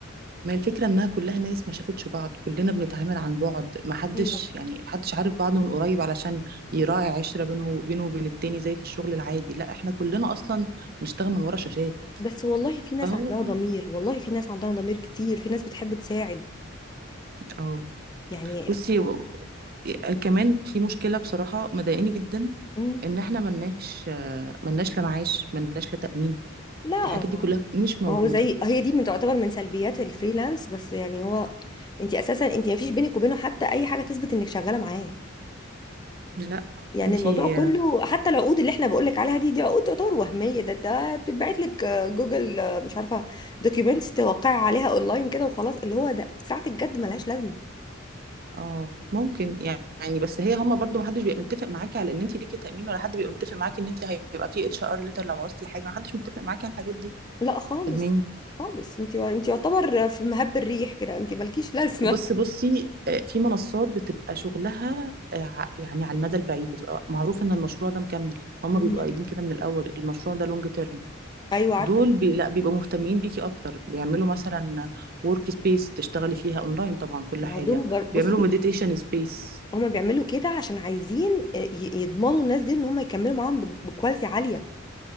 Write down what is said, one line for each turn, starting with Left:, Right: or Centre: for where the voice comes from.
Right: ما هي الفكرة انها كلها ناس ما شافتش بعض كلنا بنتعامل عن بعد ما حدش
Left: ايوه
Right: يعني حدش عارف بعضه من قريب علشان يراعي عشرة بينه وبينه وبين التاني زي في الشغل العادي لا احنا كلنا اصلا بنشتغل من ورا شاشات
Left: بس والله في ناس
Right: فهو
Left: عندها ضمير والله في ناس عندها ضمير كتير في ناس بتحب تساعد
Right: اه
Left: يعني
Right: بصي و- آه، كمان في مشكلة بصراحة مضايقاني جدا
Left: مم،
Right: ان احنا ملناش آه، ملناش لا معاش ملناش لا تأمين
Left: لا
Right: الحاجات
Left: ما
Right: دي كلها مش موجودة
Left: ما هو زي هي دي من تعتبر من سلبيات الفريلانس بس يعني هو انت اساسا انت ما فيش بينك وبينه حتى اي حاجه تثبت انك شغاله معاه
Right: لا
Left: يعني
Right: انتي
Left: الموضوع كله حتى العقود اللي احنا بقولك عليها دي دي عقود تعتبر وهمية ده ده بتتبعت لك آه، جوجل آه، مش عارفة دوكيومنتس توقع عليها اونلاين كده وخلاص اللي هو ده ساعة الجد ملهاش لازمة
Right: اه ممكن يعني بس هي هما برضو محدش بيبقى متفق معاكي على ان انت ليكي تأمين ولا حد بيبقى متفق معاكي ان انت هيبقى في اتش ار ليتر لو عوزتي حاجة محدش متفق معاكي على الحاجات دي
Left: لا خالص
Right: فاهماني
Left: خالص انت انت يعتبر في مهب الريح كده انت مالكيش لازمة
Right: وبصي بصي آه، في منصات بتبقى شغلها آه، ع- يعني على المدى البعيد بتبقى معروف ان المشروع ده مكمل هما
Left: مم.
Right: بيبقوا قايلين كده من الاول المشروع ده لونج تيرم
Left: <laughs> ايوه
Right: دول
Left: عارفة
Right: بي لا بيبقوا مهتمين بيكي اكتر بيعملوا مثلا ورك سبيس تشتغلي فيها اونلاين طبعا كل
Left: ما
Right: حاجة
Left: هو دول بر-
Right: بيعملوا
Left: بصي
Right: مديتيشن سبيس
Left: هما بيعملوا كده عشان عايزين آه، ي- يضمنوا الناس دي ان هما يكملوا معاهم بكواليتي عالية